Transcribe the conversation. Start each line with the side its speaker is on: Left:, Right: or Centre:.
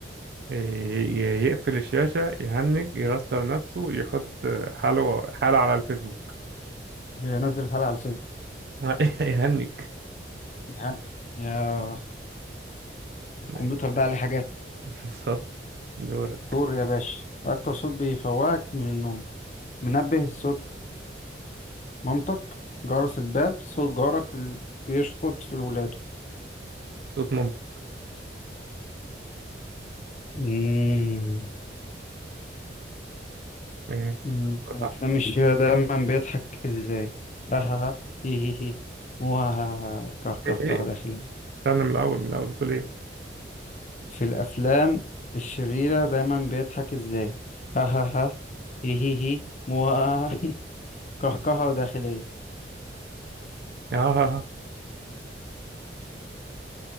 Right: ي- ي- يقفل الشاشة يهنج يراستر نفسه يحط حاله حاله على الفيسبوك
Left: يا نزل حلقة على الفيسبوك
Right: <laughs> يهنج
Left: يعني يا الكمبيوتر
Right: <laughs>
Left: ده عليه حاجات
Right: بالظبط دورك
Left: دوري يا باشا أكتر صوت بيفوقك من النوم منبه صوت مامتك جرس الباب صوت جارك اللي بيشخط في الولاد
Right: صوت مامتك
Left: مم.
Right: ايه
Left: مم. أفلام
Right: صح
Left: الشيخ دايما بيضحك إزاي ها ها ها هي هي هي مو ها ها ها كه كه
Right: ايه ايه
Left: كه داخل
Right: استنى من الاول من الاول بتقول ايه
Left: في الأفلام الشريرة دايما بيضحك إزاي ها ها ها هي هي هي مو ها ها ها. <laughs> كهكهة وداخلية
Right: اه ها ها